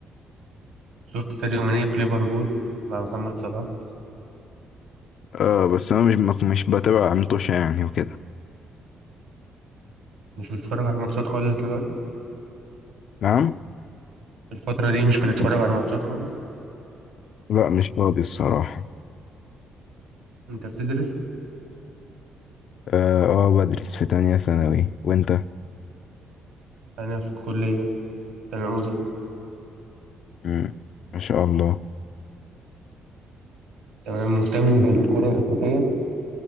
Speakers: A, on the right (about 85°); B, on the left (about 65°).
A: شفت ساديو ماني في ليفربول مع محمد صلاح
B: اه بس انا مش مش بتابع عمتوشة يعني وكده
A: مش بتتفرج على ماتشات خالص دلوقتي
B: نعم
A: الفتره دي مش بتتفرج على ماتشات خالص
B: لا مش فاضي الصراحة
A: انت بتدرس
B: اه آه، بدرس في تانية ثانوي وانت
A: انا في كليه سنه اولى
B: مم. ما شاء الله
A: تمام مهتم بالكره الافريقيه